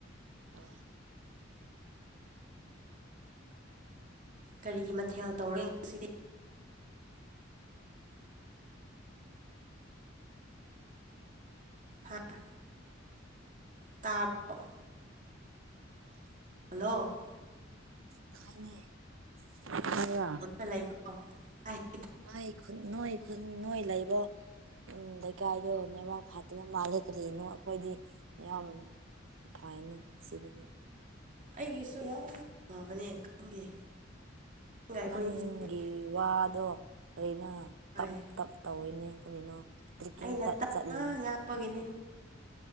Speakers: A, on the right; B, on the right.
A: ꯑꯝ
B: ꯀꯔꯤꯒꯤ ꯃꯊꯦꯜ ꯇꯧꯔꯦ ꯉꯁꯤꯗꯤ ꯍꯥꯥ ꯇꯥꯕ꯭ꯔꯣ
A: <unintelligible>
B: ꯅꯣ <inaudible>
A: ꯇꯥꯏꯅꯦ ꯇꯥꯕ꯭ꯔꯥ
B: ꯀ ꯂꯩꯕ꯭ꯔꯣ <inaudible>
A: ꯅꯣꯏ ꯈꯨꯟ ꯅꯣꯏ ꯈꯨꯟ ꯅꯣꯏ ꯂꯩꯕꯣ ꯎꯝ ꯂꯩꯀꯥꯏꯗꯣ ꯅꯦꯠꯋꯥꯛ ꯐꯥꯠꯇꯕ ꯃꯥꯂꯦ ꯀꯔꯤꯅꯣ ꯑꯩꯈꯣꯏꯗꯤ ꯌꯥꯝ ꯐꯥꯏꯅꯦ ꯁꯤꯗꯒꯤ
B: ꯑꯩꯒꯤꯁꯨ ꯌꯥꯝ ꯐꯥꯕꯅꯦ ꯈꯪꯗꯦ ꯑꯩꯈꯣꯏꯅꯤꯁꯦ
A: ꯅꯪꯒꯤ ꯋꯥꯗꯣ ꯀꯔꯤꯅꯣ ꯇꯞ
B: ꯍꯣꯏ
A: ꯇꯞ ꯇꯧꯋꯦꯅꯦ ꯀꯔꯤꯅꯣ ꯇ꯭ꯔꯦꯛꯀꯤꯡ
B: ꯑꯩꯅ ꯇꯥꯞꯅ
A: ꯆꯠꯂꯤꯅꯤ
B: ꯉꯥꯡꯕꯒꯤꯅꯦ